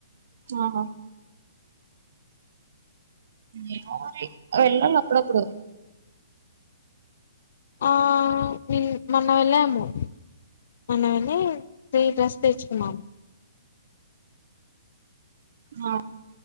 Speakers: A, on the right (about 55°); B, on the left (about 50°).
A: ఆహా ఏమో మరి వెళ్ళాలి అప్పుడప్పుడు
B: ఆ మీ మొన్న వెళ్ళాము మొన్న వెళ్లి త్రీ డ్రెస్ తెచ్చుకున్నాం
A: అ